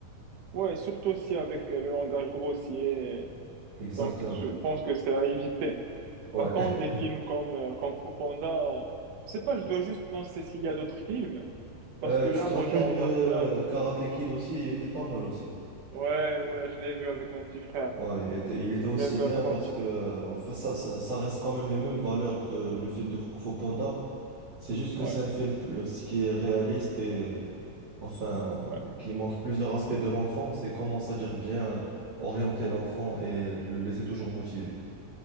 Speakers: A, on the right (about 70°); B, on the right (about 45°).
A: ouais, surtout aussi avec euh, le langage grossier.
B: Exactement.
A: Donc, je pense que c'est à éviter.
B: Ouais.
A: Par contre,
B: <laughs>
A: des films comme euh, Kung Fu Panda, euh, je sais pas, je dois juste penser s'il y a d'autres films. Parce
B: Euh,
A: que
B: tu
A: là,
B: te
A: moi,
B: rappelles
A: j'en regarde
B: de euh,
A: plein.
B: Karate Kid aussi, il était pas mal aussi.
A: Ouais, ouais, je l'ai vu avec mon petit frère.
B: Ouais, il était, il était aussi
A: Je l'ai vu
B: bien
A: avec
B: parce
A: mon petit
B: que,
A: frère.
B: euh, enfin, ça, ça, ça reste quand même les mêmes valeurs que le film de Kung Fu Panda. C'est juste que
A: Ouais,
B: c'est un film plus- qui est réaliste et euh, enfin,
A: ouais,
B: euh, qui montre plusieurs aspects de l'enfant, c'est comment, c'est-à-dire bien orienter l'enfant et le laisser toujours motivé.